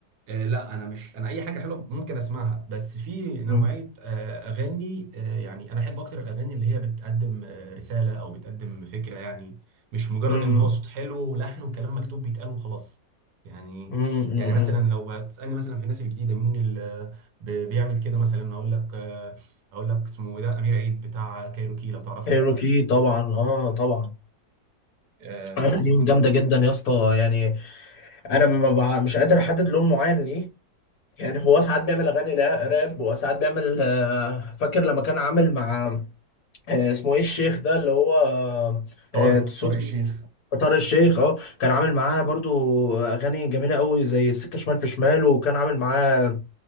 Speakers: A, on the right (about 65°); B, on the left (about 60°).
A: آه، لا انا مش انا اي حاجه حلوه ممكن اسمعها بس في نوعيه
B: م-
A: آه، اغاني آه، يعني انا احب اكتر الاغاني اللي هي بتقدم آه، رساله او بتقدم فكره يعني مش مجرد
B: م-
A: ان هو صوت حلو ولحن وكلام مكتوب بيتقال وخلاص يعني
B: م- م-
A: يعني مثلا
B: م.
A: لو هتسالني مثلا في الناس الجديده مين اللي ب- بيعمل كده مثلا اقول لك آه، اقول لك اسمه إيه ده امير عيد بتاع كايروكي لو تعرفه
B: كايروكي طبعا اه طبعا
A: آه،
B: اغانيهم
A: في-
B: جامده جدا يا اسطى يعني انا ما بع- مش قادر احدد لون معين ليه يعني هو ساعات بيعمل اغاني لا- راب وساعات بيعمل آه، فاكر لما كان عامل مع آه، اسمه ايه الشيخ ده اللي هو آه،
A: طارق
B: آه، صوت
A: طارق الشيخ
B: طارق الشيخ اه كان عامل معاه برضو اغاني جميله قوي زي السكه شمال في شمال وكان عامل معاه